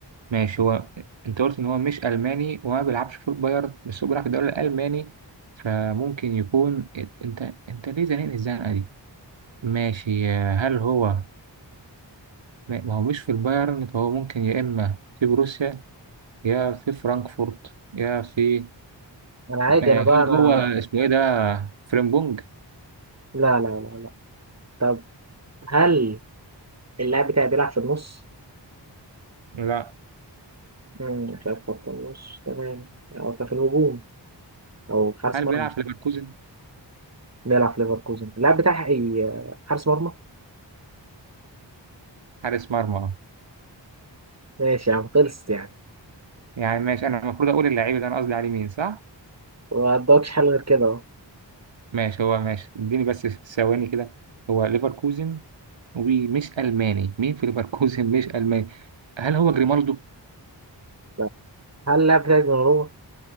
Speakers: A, on the right; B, on the right.
A: ماشي هو انت قلت ان هو مش الماني وما بيلعبش في البايرن بس هو بيلعب في الدوري الالماني فممكن يكون انت انت ليه زنقني الزنقه دي ماشي هل هو ما ما هو مش في البايرن فهو ممكن يا اما في بروسيا يا في فرانكفورت يا في
B: انا عادي
A: آه،
B: انا بقى
A: هل
B: انا
A: هو اسمه ايه ده فريمبونج
B: لا لا لا لا طب هل اللاعب بتاعي بيلعب في النص؟
A: لا
B: مم، مش عارف خط النص تمام أو في الهجوم أو حارس
A: هل
B: مرمى
A: بيلعب في ليفركوزن
B: نلعب في ليفركوزن اللاعب بتاعها إيه حارس مرمى
A: حارس مرمى
B: ماشي يا عم خلصت يعني
A: يعني ماشي انا المفروض اقول اللعيب اللي انا قصدي عليه مين صح
B: ما قدامكش حل غير كده أهو
A: ماشي هو ماشي اديني بس ثواني كده هو ليفركوزن ومش ألماني مين في ليفركوزن مش ألماني هل هو جريمالدو؟
B: لا. هل اللاعب بتاعك دوناروما؟